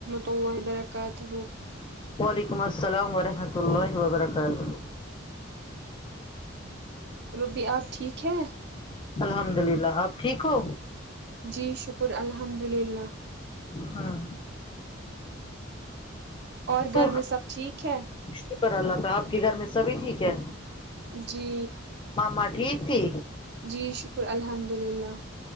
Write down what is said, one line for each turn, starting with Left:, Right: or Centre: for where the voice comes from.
Right: تو برکاتہ
Left: وعلیکم السلام ورحمۃ اللہ وبرکاتہ
Right: روبیعہ آپ ٹھیک ہیں
Left: الحمد للہ آپ ٹھیک ہو
Right: جی شکر الحمد للہ
Left: ہاں
Right: اور گھر
Left: تو
Right: میں سب ٹھیک ہے
Left: شکر اللہ کا آپ کے گھر میں سبھی ٹھیک ہے
Right: جی
Left: مما ٹھیک تھی
Right: جی شکر الحمد للہ